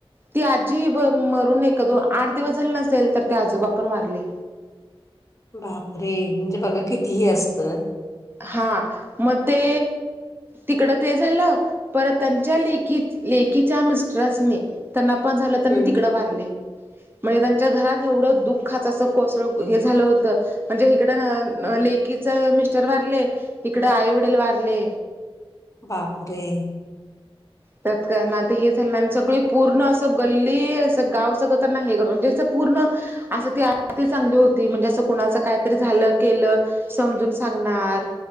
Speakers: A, on the right; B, on the left.
A: ती आजी मरून नाही का तो आठ दिवस झाले नसेल तर ते आजोबापण वारले.
B: बापरे म्हणजे बघा कितीही असतं.
A: हां म ते तिकडं ते झालं पर त्यांच्या लेख लेकीच्या मिस्टरसने त्यांना पण झालं त्यांना
B: हम्म
A: तिकडं वारले. म्हणजे त्यांच्या घरात एवढं दुःखाचं असं कोसळ हे झालं होतं म्हणजे इकडं लेकीच मिस्टर वारले इकड आई वडील वारले
B: बापरे.
A: त्याण ते हे झालं आणि सगळी पूर्ण असं गल्ली अस गाव सगळं त्यांना हे करत म्हणजे पूर्ण असं ती अत चांगली होती म्हणजे असं कुणाच कायतरी झालं केलं समजून सांगणार